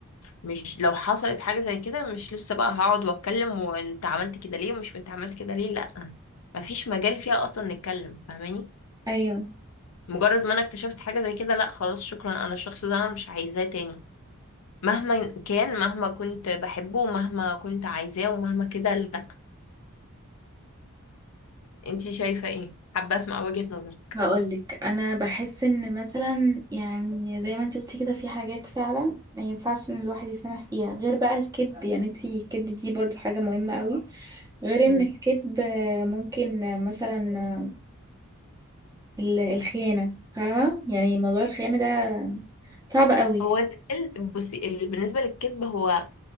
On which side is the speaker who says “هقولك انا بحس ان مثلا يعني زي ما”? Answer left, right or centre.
Right